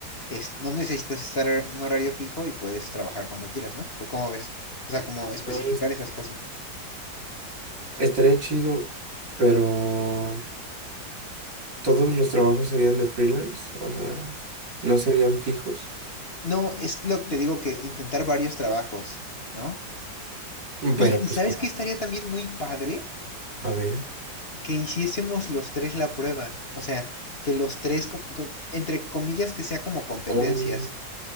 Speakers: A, on the left; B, on the right.
A: es- no necesitas estar en horario fijo y puedes trabajar cuando quieras, ¿no? ¿O cómo ves? O sea, como especificar
B: no, es-
A: esas cosas.
B: Estaría chido, pero todos los trabajos serían de freelance, o sea, no serían fijos.
A: No, es lo que te digo que intentar varios trabajos, ¿no? Oye,
B: Pero
A: ¿y
B: pues
A: sabes
B: como,
A: qué estaría también muy padre?
B: a ver.
A: que hiciésemos los tres la prueba, o sea, que los tres, co- co- entre comillas, que sea como competencias,
B: Oh.